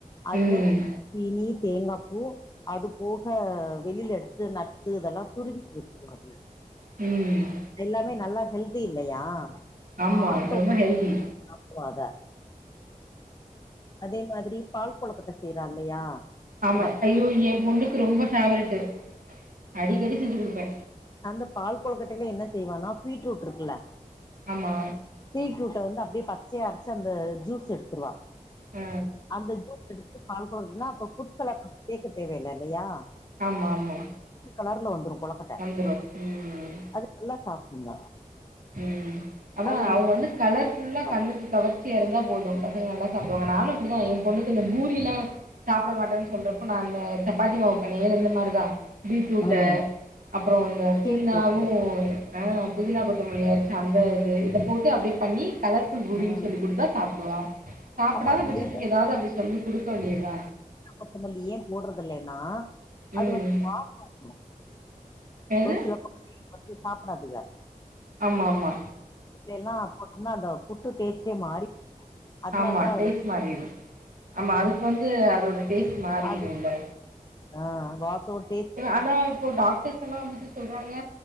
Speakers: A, on the left; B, on the right.
A: அது
B: ம்.
A: மேல ஜீனி தேங்காப்பூ அது போக வெளியில எடுத்து நட்ஸ் இதெல்லாம் துருவி போட்ருவாங்க
B: ம்
A: எல்லாமே நல்லா ஹெல்தி இல்லையா
B: ஆமா
A: பாத்தோ
B: ரொம்ப ஹெல்தி.
A: சாப்புடுவாங்க அதே மாதிரி பால் கொழுக்கட்ட செய்றா இல்லையா
B: ஆமா
A: ம-
B: ஐயோ எ பொண்ணுக்கு ரொம்ப ஃபேவரட்டு் அடிக்கடி செஞ்சு குடுப்பே
A: அந்த பால் கொழக்கட்டையில என்ன செய்வான பீட்ரூட் இருக்குல்ல
B: ஆமா
A: பீட்ரூட்ட வந்து அப்டியே பச்சைய அரச்சி அந்த ஜூஸ் எடுத்துருவா
B: அ.
A: அந்த ஜூஸ் எடுத்து பால் கொழுக்கட்டன்னா அப்ப புட்கலர் சேக்க தேவ இல்ல இல்லையா
B: ஆமா ஆமா
A: ரெட் கலர்ல வந்துடு கொழக்கட்ட
B: வந்துரும். ம்
A: அது நல்ல சாப்டுங்க
B: ம் அதா
A: அது நீ
B: அவுங்க
A: யோசிச்சு
B: வந்து கலர் க்ஷஃபுல்லா
A: பாரு
B: கண்ணுக் கவர்ச்சியா இருந்தா போது பசங்க நல்லா சாப்டுவாங்க நானு அப்டிதா எ பொண்ணுக்கு இந்த பூரில்லா சாப்ட மாட்டன்னு சொல்றப்ப நா அந்த சப்பாத்தி மாவு பேணையில இந்த மாதிரிதா பீட்ரூட
A: ம்
B: அப்றோ இந்த புதினாவு
A: கேக் போட்டுறது
B: அ புதினா கொத் தமல்லி அரச்சிஅந்த இது இத போட்டு அப்டியே பண்ணி கலர்ஃபுல் பூரின்னு
A: ம்
B: சொல்லி குடுத்தா சாப்டுவா சாப்டாத
A: ஆமா அது
B: பட்சத்துக்கு
A: ஏ
B: ஏதாவது அப்டி சொல்லி குடுக்க வேண்டியத
A: புதினா கொத்தமல்லி ஏ போட்றது இல்லன்னா அது
B: ம்.
A: ஒரு வாசோ குடுக்கு
B: என்னது?
A: ஒரு சில கொழந்தைங்கள் வந்து சாப்டாதுக
B: ஆமா ஆமா
A: இப்ப எல்லா புட்டுனா அந்த புட்டு டேஸ்ட்டே மாறி அதனாலதா
B: ஆமா
A: அதுல
B: டேஸ்ட் மாறிரு ஆமா அதுக்வந்து அதோட டேஸ்ட் மாறிருல
A: அது ஆ வாசோ டேஸ்ட்
B: ஆனா இப்போ டாக்டர்ஸ் எல்லா வந்துட்டு சொல்றாங்க